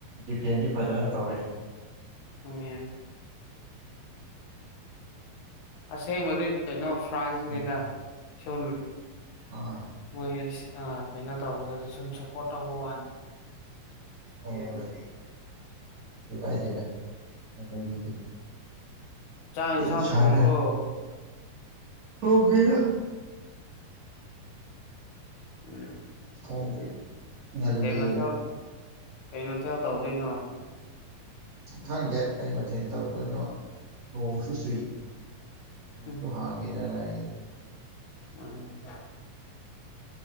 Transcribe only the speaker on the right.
ꯗꯤꯐꯦꯟꯗꯤ ꯐꯖꯅ ꯇꯧꯋꯤ
ꯎꯝ
ꯑꯥ
ꯑꯣ ꯀꯩꯁꯨ ꯀꯥꯏꯗꯦꯗꯥ ꯑꯗꯨꯒꯤꯗꯤ
ꯑꯗꯨꯝ
ꯁꯥꯟꯅ
ꯍꯧꯒꯦꯗꯥ
ꯊꯣꯡꯗ꯭ꯔꯤ ꯉꯜꯂꯤꯅ
ꯈꯪꯗꯦ ꯀꯩ ꯃꯥꯊꯦꯟ ꯇꯧꯗꯣꯏꯅꯣ ꯅꯣꯡꯁꯨ ꯆꯨꯏ
ꯁꯨ ꯍꯥꯡꯒꯤꯗꯥ ꯉꯥꯏ